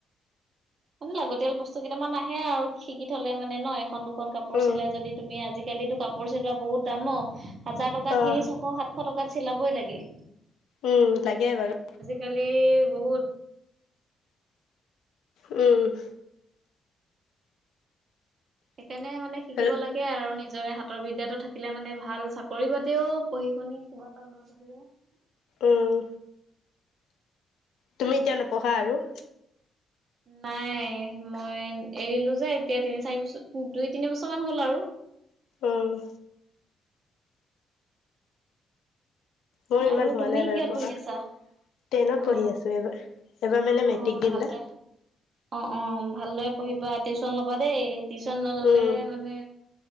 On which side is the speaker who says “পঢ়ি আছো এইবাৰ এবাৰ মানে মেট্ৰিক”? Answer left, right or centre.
Left